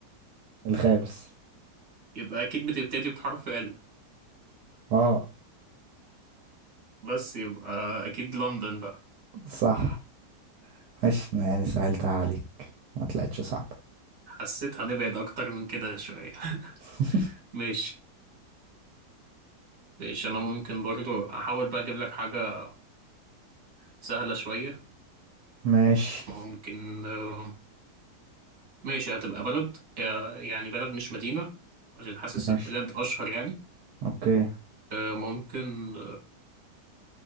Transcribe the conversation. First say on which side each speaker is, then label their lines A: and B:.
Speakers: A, on the right; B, on the right.
A: الخامس
B: يبقى أكيد بتبتدي بحرف ال
A: اه
B: بس يبقى أكيد لندن بقى
A: صح ماشي يعني سهلتها عليك ما طلعتش صعبة
B: حسيت هنبعد أكتر من كده شوية
A: <laughs>
B: <laughs> ماشي ماشي أنا ممكن برضو أحاول بقى أجيب لك حاجة سهلة شوية
A: ماشي
B: ممكن آه ماشي هتبقى بلد آه يعني بلد مش مدينة عشان حاسس
A: ماشي
B: البلاد أشهر يعني
A: اوكي
B: آه ممكن